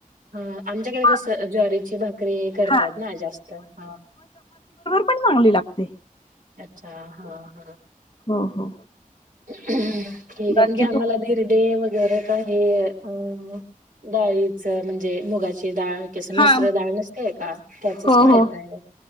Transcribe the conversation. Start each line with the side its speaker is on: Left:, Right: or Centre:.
Right: हा, आमच्याकडे
Left: किंवा
Right: कसं ज्वारीची भाकरी करतात
Left: हा
Right: ना, जास्त हा.
Left: ही पण चांगली लागते.
Right: अच्छा! हा हा.
Left: हो हो.
Right: ठीक आहे,
Left: बाकी
Right: म्हणजे आम्हाला
Left: तू
Right: बिर्डे <unintelligible> का हे अ डाळीच म्हणजे मुगाची डाळ कस
Left: हा
Right: मिश्र डाळ नसतेय का? त्याचच
Left: हो
Right: माहित
Left: हो.
Right: आहे